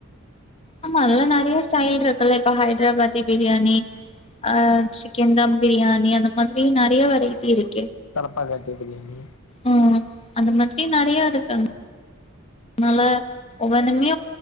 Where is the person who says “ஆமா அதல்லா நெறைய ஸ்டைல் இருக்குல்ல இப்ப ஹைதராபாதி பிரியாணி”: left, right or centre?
Left